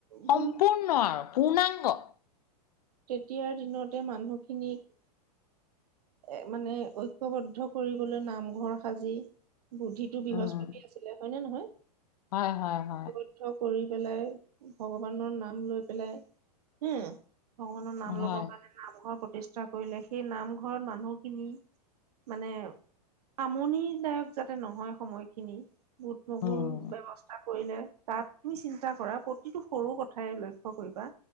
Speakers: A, on the right; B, on the left.
A: ভুল
B: সম্পূৰ্ণ ন আৰু পূৰ্ণাংগ।
A: তেতিয়াৰ দিনতে মানুহখিনিক এ মানে ঐক্যবদ্ধ কৰিবলৈ নামঘৰ সাজি। বুদ্ধিটো বৃহস্পতি
B: উম
A: আছিলে হয় নে নহয়?
B: হয়, হয়, হয়।
A: তীৰ্থ কৰি পেলাই, ভগৱানৰ নাম লৈ পেলাই, উ। ভগৱানৰ নাম
B: হয়
A: ল'ব কাণে নামঘৰ প্ৰতিষ্ঠা কইলে, সেই নামঘৰত মানুহখিনি মানে আমনিদায়ক যাতে নহয় সময়খিনি। বুট মগুৰ
B: উম
A: ব্যৱস্থা কইলে। তাত তুমি চিন্তা কৰা প্ৰতিটো সৰু কথাই লক্ষ্য কইবা।